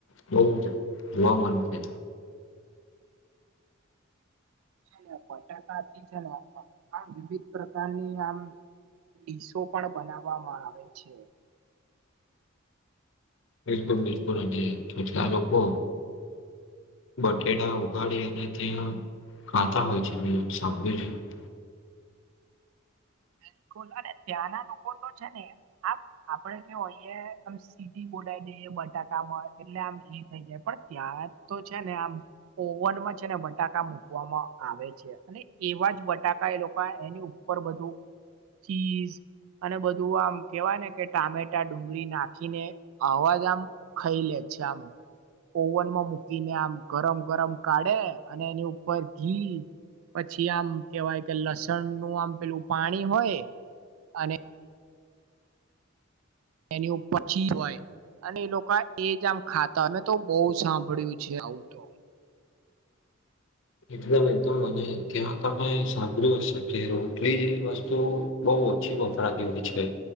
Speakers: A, on the left; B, on the right.
A: બહુ જોવા મળશે
B: ને બટાકાથી છેને આમ વિવિધ પ્રકારની આમ ડીસો પણ બનાવવામાં આવે છે
A: બિલકુલ બિલકુલ અને કેટલાક લોકો બટેડા ઉગાડી અને ત્યાં ખાતા હોય છે મે એમ સાંભળ્યું છે
B: <inaudible> <inaudible> બોલ અને ત્યાં ના લોકો તો છે ને આપ આપડે કેવો અહી સીટી બોડા દઈએ બટાકામાં એટલે આમ ઈ થઈ જાય પણ ત્યાં તો છે ને આમ ઓવનમાં છે ને બટાકા મુકવામાં આવે છે અને એવા જ બટાકા એ લોકો એની ઉપર બધું ચીઝ અને બધું આમ કેવાય ને કે ટામેટા ડુંગળી નાખીને અવાજ આમ ખઈ લે જામ ઓવનમાં મૂકીને આમ ગરમ ગરમ કાઢે અને એની ઉપર ઘી પછી આમ કેવાય કે લસણ નું આમ પેલું પાણી હોય અને એની ઉપર પછી હોય અને એ લોકો એજ આમ ખાતા અમે તો બહુ સાંભળ્યું છે આવું તો
A: એકદમ એકદમ મને ત્યાં તમે સાંભળ્યું હશે કે રોટલી જેવી વસ્તુ બઉ બ ઓછી વપરાતી હોય છે